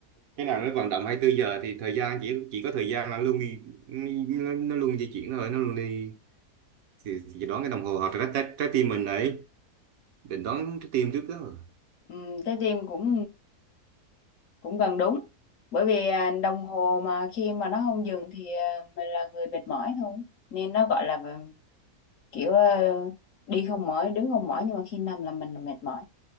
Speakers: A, on the right; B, on the left.
A: cái nào nó vận động 24 giờ thì thời gian chỉ chỉ có thời gian là luôn đi nó, nó luôn di chuyển thôi nó luôn đi thì, thì đoán cái đồng hồ hoặc là trái, trái, trái tim mình đấy định đoán trái tim trước đó rồi.
B: Ừm, trái tim cũng cũng gần đúng bởi vì à, đồng hồ mà khi mà nó không dừng thì à, mình là người mệt mỏi thôi nên nó gọi là à, kiểu à, đi không mỏi đứng không mỏi nhưng mà khi nằm là mình mệt mỏi